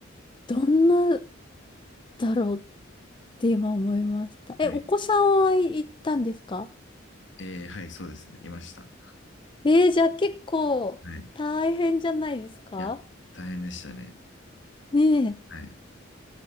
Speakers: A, on the left (about 25°); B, on the left (about 65°).
A: どんなだろうって今思いました。
B: はい。
A: え、お子さんは行ったんですか
B: えー、はい、そうですね。いました。
A: えー、じゃあ結構大変じゃないですか
B: はい。いや、大変でしたね。
A: ね
B: はい。